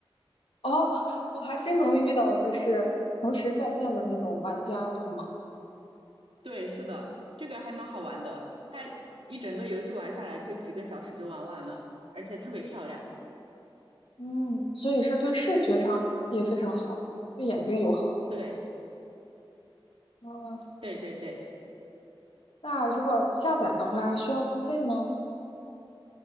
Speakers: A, on the left (about 75°); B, on the right (about 80°).
A: 哦，我还真能遇到就是同时在线的那种玩家，对吗？
B: 对，是的，这个还蛮好玩的。它一整个游戏玩下来就几个小时就玩完了，而且特别漂亮。
A: 嗯，所以是对视觉上也非常好，对眼睛友好。
B: 对
A: 嗯，
B: 对对对。
A: 那如果下载的话，需要付费吗？